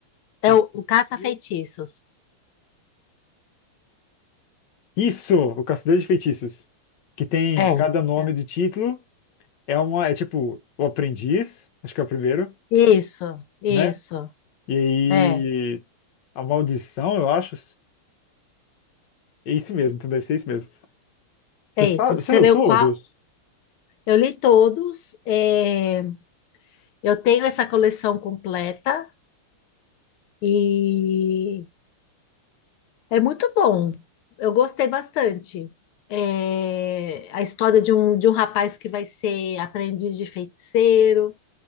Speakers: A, on the left (about 65°); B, on the left (about 80°).
A: Feitiçeiros,
B: É o, o caça-feitiços.
A: Isso, o Caçador de Feitiços. Que tem
B: é.
A: cada nome
B: É.
A: do título. É uma, é tipo, o Aprendiz, acho que é o primeiro,
B: Isso, isso.
A: né? E
B: É,
A: aí, a Maldição, eu acho. É isso mesmo, então deve ser isso mesmo. Você
B: é
A: sabe,
B: isso. Você
A: você leu
B: leu
A: todos?
B: qual? Eu li todos. é, eu tenho essa coleção completa e é muito bom. Eu gostei bastante. É, a história de um, de um rapaz que vai ser aprendiz de feiticeiro.